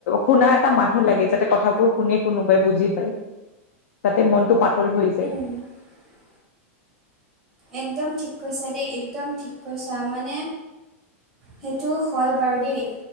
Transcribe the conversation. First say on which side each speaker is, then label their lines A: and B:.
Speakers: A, on the left; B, in the centre.
A: শুনা এটা মানুহ লাগে, যাতে কথাবোৰ শুনি কোনোবাই বুজি পায়। তাতে মনতটো পাতল হৈ যায়।
B: <inaudible> একদম ঠিক কৈছা দেই, একদম ঠিক কৈছা, মানে সেইটো হয় বাৰু দেই।